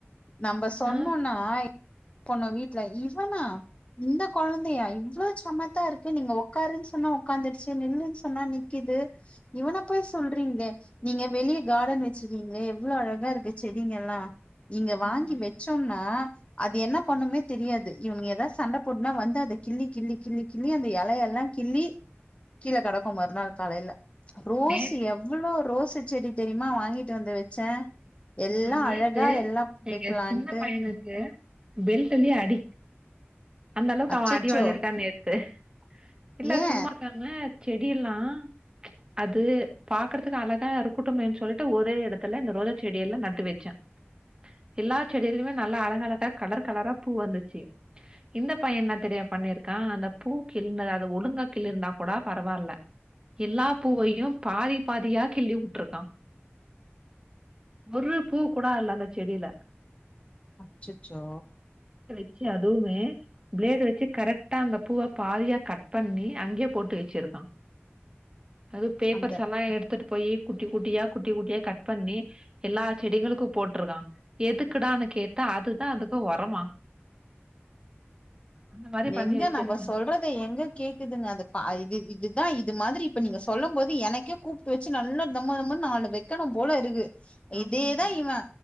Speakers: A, on the left; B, on the right.
A: நம்ம சொன்னோனா
B: ஆ
A: பொண்ண வீட்ல இவனா இந்த கொழந்தையா இவ்ளோ சமத்தாருக்கு நீங்க உக்காருன் சொன்னா உட்காந்துருச்சு நில்லுன் சொன்னா நிக்குது இவனா போய் சொல்றீங்ளே நீங்க வெளிய கார்டன் வச்சிருக்கீங்ளே எவ்ளோ அழகா இருக்கு செடிங்கல்லா இங்க
B: ஆமா.
A: வாங்கி வச்சோன்னா <inaudible> அது என்ன பண்ணுமே தெரியாது இவனுங்க எதா சண்ட போட்னா வந்து அத கிள்ளி கிள்ளி கிள்ளி கிள்ளி அந்த இலையெல்லா கிள்ளி கீழ கெடக்கும் மறுநாள் காலைல ரோஸ்
B: நே
A: எவ்ளோ ரோசு செடி தெரியுமா வாங்கிட்டு வந்து வச்ச எல்லா
B: ம் நேத்து
A: அழகா எல்லா
B: எங்க
A: வெக்கலான்ட்டு
B: சின்ன பையனுக்கு அ பெல்டல்யே அடி அந்த அளவுக்கு
A: அச்சச்சோ
B: அவ அடி வாங்கியிருக்கான்னே தெ இல்ல
A: ஏ
B: சும்மாக்காம செடி எல்லா அது பாக்கறதுக்கு அழகா இருக்கட்டுமேன்னு சொல்ட்டு ஒரே இடத்துல இந்த ரோஜா செடியெல்லா நட்டு வச்சே எல்லா செடியிலயுமே நல்லா அழகழகா கலர் கலரா பூ வந்துச்சு இந்த பைய என்ன தெரிய பண்ணிருக்கா அந்த பூ கிள்னது அத ஒழுங்கா கிள்ளி இருந்தா கூட பரவால்ல எல்லா பூவையு பாதி பாதியா கிள்ளி வுட்ருக்கா ஒரு பூ கூட அல்ல அந்த செடியில
A: அச்சச்சோ
B: சி அதுவுமே ஃபிளேடு வச்சு கரெக்டா அந்த பூவ பாதியா கட் பண்ணி அங்கயே போட்டு வச்சிருக்கா அது பேப்பர்ஸ்
A: அந்த
B: எல்லா எடுத்துட்டு போயி குட்டி குட்டியா குட்டி குட்டியா கட் பண்ணி எல்லா செடிகளுக்கு போட்ருக்கா எதுக்குடான்னு கேட்டா அதுதா அதுக்கு ஒரமா அந்த மாரி பண்ணி
A: எங்க
B: வச்சிருக்கா
A: நம்ப சொல்றத எங்க கேக்குதுங்க அது ப இது இதுதா இத் இது மாதிரி இப்ப நீங்க சொல்லம் போது எனக்கே கூப்ட்டு வச்சு நல்ல தம்மதம்மனு நாலு வைக்கணும் போல இருக்கு
B: ஆமாங்க
A: இதேதா இவ